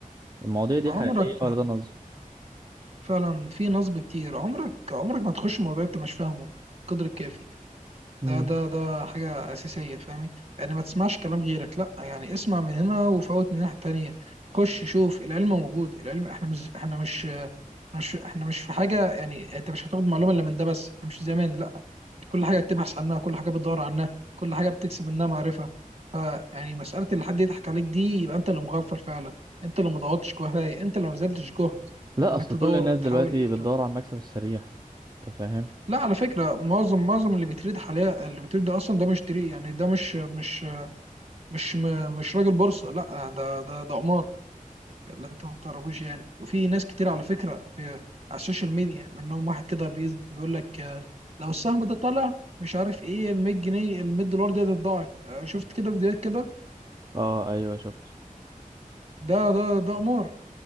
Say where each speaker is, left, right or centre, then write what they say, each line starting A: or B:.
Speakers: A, on the right (about 30°); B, on the right (about 45°).
A: المواضيع دي
B: عمرك
A: حقيقية ولا
B: ما
A: ده نصب
B: فعلا في نصب كتير عمرك عمرك ما تخش موضوع انت مش فاهمه القدر الكافي
A: مم.
B: ده ده ده حاجة أساسية فاهمي يعني ما تسمعش كلام غيرك لأ يعني اسمع من هنا وفوت من الناحية التانية خش شوف العلم موجود العلم احنا مش احنا مش مش احنا مش في حاجة يعني انت مش هتاخد معلومة إلا من ده بس احنا مش زمان لأ كل حاجة بتبحث عنها كل حاجة بتدور عنها كل حاجة بتكسب منها معرفة ف يعني مسألة اللي حد يضحك عليك دي يبقى انت اللي مغفل فعلا انت اللي ما ضغطتش كفاية انت اللي ما بذلتش جهد
A: لا
B: انك
A: اصل
B: تدور
A: كل الناس
B: وتحاول
A: دلوقتي بتدور على المكسب السريع انت فاهم
B: لا على فكرة معظم معظم اللي بيتريد حاليا اللي بيتريد ده أصلا ده مش تري يعني ده مش مش مش م- مش راجل بورصة لا ده ده ده قمار اللي أنت ما تعرفوش يعني وفي ناس كتير على فكرة في على السوشيال ميديا منهم واحد كده بيز- بيقول لك آه، لو السهم ده طلع مش عارف إيه ال 100 جنيه ال 100 دولار دي هتتضاعف آه، شفت كده فيديوهات كده
A: اه ايوه شفته
B: ده ده ده قمار